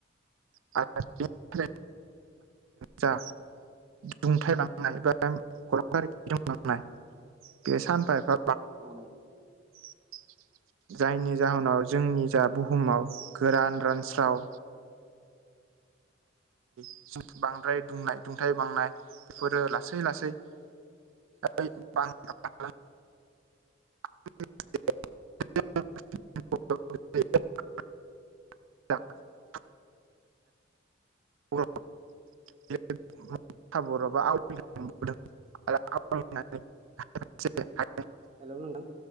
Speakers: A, on the right (about 80°); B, on the right (about 30°).
A: <inaudible> जा दुंथाइ बांनाय बा <inaudible> बे सानफा एफा
B: औ
A: <inaudible> जायनि जाहोनाव जोंनि जा बुहुमाव गोरान रान स्राव <inaudible> बांद्राय दुंनाय दुंथाइ बांनाय बेफोरो लासै लासै <inaudible> <inaudible> <unintelligible> उर <unintelligible> बर आवदों आरो आवनानै जेरैहाय
B: हेलौ नोंथां